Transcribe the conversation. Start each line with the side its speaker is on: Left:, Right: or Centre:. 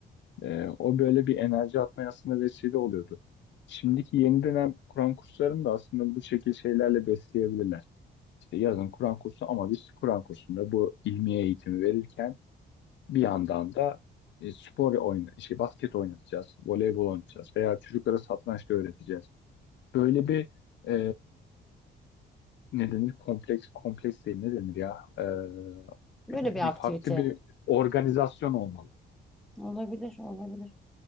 Left: E, o böyle bir enerji atmaya aslında vesile oluyordu. Şimdiki yeni dönem Kur'an kurslarını da aslında bu şekil şeylerle besleyebilirler. İşte yazın Kur'an kursu ama biz Kur'an kursunda bu ilmiye eğitimi verirken bir yandan da e, spor oyna, işte basket oynatacağız, voleybol oynatacağız veya çocuklara satranç da öğreteceğiz. Böyle bir e, ne denir? Kompleks, kompleks değil ne denir ya? E,
Centre: Böyle
Left: bir,
Centre: bir
Left: bir
Centre: aktivite
Left: farklı bir organizasyon olmalı.
Centre: olabilir, olabilir.